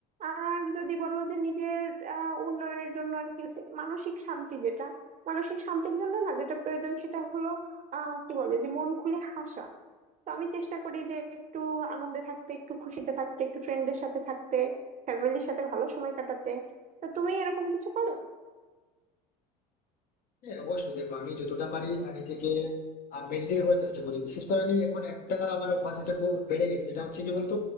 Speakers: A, on the right; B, on the left.
A: আর যদি বলো যে নিজের আহ, উন্নয়নের জন্য আর কি সে- মানসিক শান্তি যেটা মানসিক শান্তির জন্য না যেটা প্রয়োজন সেটা হলো আহ কি বলে যে মন খুলে হাসা তো আমি চেষ্টা করি যে একটু আনন্দে থাকতে একটু খুশিতে থাকতে একটু ফ্রেন্ডদের সাথে থাকতে ফ্যামিলির সাথে ভালো সময় কাটাতে তো তুমি এরকম কিছু করো
B: হ্যাঁ অবশ্যই দেখো আমি যতটা পারি আহ, নিজেকে মেডিটেট করার চেষ্টা করি বিশেষ করে আমি এখন একটা আমার অভ্যাস এটা খুব বেড়ে গেছে এটা হচ্ছে কি বলতো